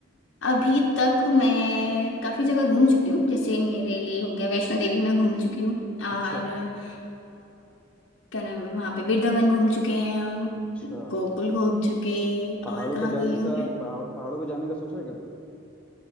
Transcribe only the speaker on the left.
अभी तक मैं काफी जगह घूम चुकी हूँ जैसे मेरे लिए हो गया वैष्णो देवी मैं घूम चुकी हूँ और
अ, क्या नाम है वहाँ पे वृंदावन घूम चुके हैं हम
गोकुल घूम चुके
और कहाँ
गई हूँ
मैं